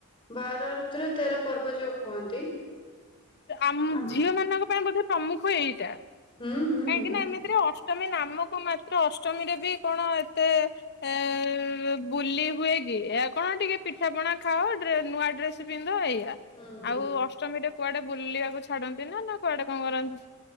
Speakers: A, on the left; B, on the left.
A: ବାର ଋତୁର ତେର ପର୍ବ ଯୋଉ କୁହନ୍ତି।
B: ଆମ
A: ଆମ୍
B: ଝିଅ ମାନଙ୍କ ପାଇଁ ବୋଧେ ପ୍ରମୁଖ ଏଇଟା।
A: ହୁଁ ହୁଁ
B: କାହିଁକି
A: ନିହାତି
B: ନା ଏମିତିରେ ଅ ଅଷ୍ଟମୀ ନାମକୁ ମାତ୍ର ଅଷ୍ଟମୀରେ ବି କଣ ଏତେ ଏ ବୁଲି ହୁଏ କି କଣ ଟିକେ ପିଠାପଣା ଖାଅ ନୂଆ ଡ୍ରେସ୍ ପିନ୍ଧ ଏୟା।
A: ହୁଁ ହୁଁ
B: ଆଉ ଅଷ୍ଟମୀରେ। କୁଆଡେ ବୁଲିବାକୁ ଛାଡନ୍ତି ନା ନା କୁଆଡେ କଣ କରନ୍ତି।